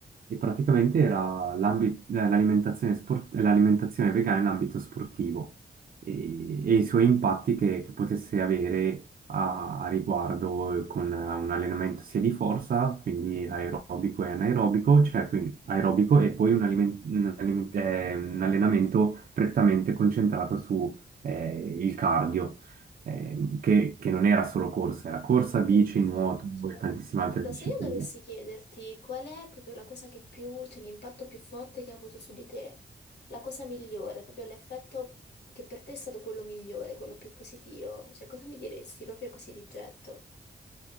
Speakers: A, on the right; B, on the left.
A: e praticamente era l'ambi- l'alimentazione sport- l'alimentazione vegana in ambito sportivo e, e i suoi impatti che, che potesse avere a, a riguardo eh, con eh, un allenamento sia di forza, quindi aerobico e anaerobico, cioè quindi aerobico e poi un, aliment- un aliment- eh, un allenamento prettamente concentrato su eh, il cardio. eh, Che, che non era solo corsa, era corsa, bici,
B: Sì, sì,
A: nuoto
B: sì, certo.
A: e tantissime altre
B: Guarda,
A: discipline.
B: se io dovessi chiederti qual è proprio la cosa che più, cioè l'impatto più forte che ha avuto su di te, la cosa migliore, proprio l'effetto che per te è stato quello migliore, quello più positivo, cioè cosa mi diresti proprio così di getto?